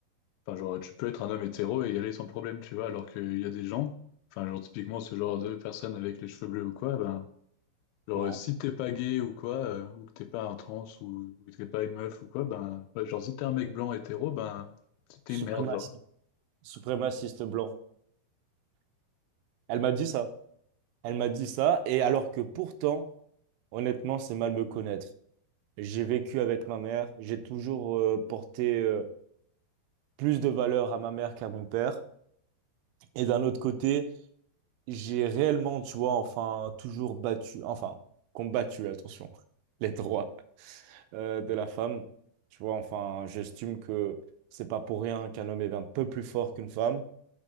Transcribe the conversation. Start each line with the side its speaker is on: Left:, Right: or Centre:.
Left: Enfin, genre, tu peux être un homme hétéro et y aller sans problème, tu vois, alors qu'il y a des gens, enfin, genre, typiquement, ce genre de personnes avec les cheveux bleus ou quoi, ben, genre,
Right: non,
Left: euh, si t'es pas gay ou quoi, euh, ou que t'es pas un trans ou, ou que t'es pas une meuf ou quoi, ben, ouais, genre, si t'es un mec blanc hétéro, ben, t'es
Right: suprémaciste.
Left: une merde, genre.
Right: Suprémaciste blanc. Elle m'a dit ça. Elle m'a dit ça, et alors que pourtant, honnêtement, c'est mal me connaître. J'ai vécu avec ma mère, j'ai toujours euh, porté euh, plus de valeur à ma mère qu'à mon père. Et d'un autre côté, j'ai réellement, tu vois, enfin, toujours battu, enfin, combattu, attention, <laughs> les droits euh, de la femme. Tu vois, enfin, j'estime que c'est pas pour rien qu'un homme est un peu plus fort qu'une femme.